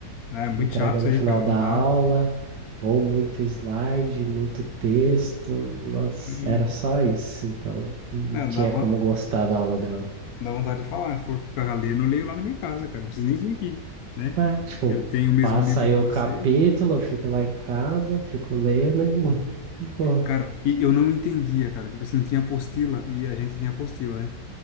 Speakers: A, on the left; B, on the right.
A: Ah, É muito
B: entrega
A: chato isso
B: no
A: aí,
B: final
A: cara.
B: da
A: Não
B: aula,
A: dá.
B: ou muito slide, muito texto. Nossa,
A: Uhum.
B: era só isso, então não
A: Não,
B: tinha
A: dá, von-
B: como gostar da aula dela.
A: dá vontade de falar. Se for ficar lendo, eu leio lá na minha casa, cara. Não precisa nem vir aqui, né?
B: Ah, tipo,
A: Eu tenho o mesmo
B: passa
A: livro
B: aí
A: que você.
B: o capítulo, eu fico lá em casa, fico lendo e <laughs> pô,
A: Cara, e eu não entendia, cara. Tipo assim, tinha apostila e a gente tinha apostila, né?